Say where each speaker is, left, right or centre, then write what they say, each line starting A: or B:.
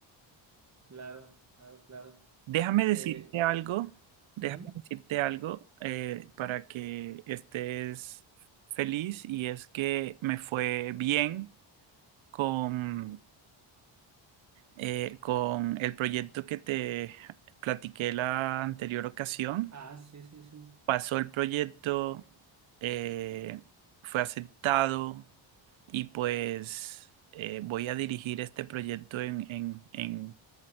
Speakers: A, on the right (about 35°); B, on the right (about 75°).
A: Claro, claro, claro.
B: Déjame decirte
A: Eh,
B: algo, déjame
A: ujú.
B: decirte algo eh, para que estés feliz y es que me fue bien con, eh, con el proyecto que te platiqué la anterior ocasión.
A: Ah, sí, sí, sí.
B: Pasó el proyecto, eh, fue aceptado y pues eh, voy a dirigir este proyecto en, en- en,